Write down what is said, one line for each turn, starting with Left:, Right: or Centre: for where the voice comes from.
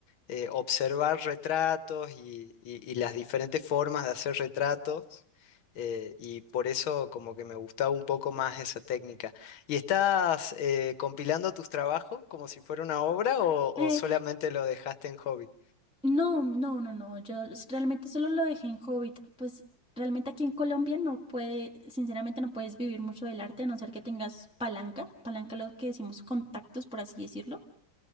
Left: eh, observar retratos y, y- y las diferentes formas de hacer retratos. eh, y por eso como que me gustaba un poco más esa técnica. ¿Y estás eh, compilando tus trabajos como si fuera una obra o, o
Centre: Eh,
Left: solamente lo dejaste en hobby?
Centre: no, no, no, no, yo s- realmente solo lo dejé en Hobbit, pues realmente aquí en Colombia no puede, sinceramente no puedes vivir mucho del arte a no ser que tengas palanca, palanca lo que decimos contactos, por así decirlo.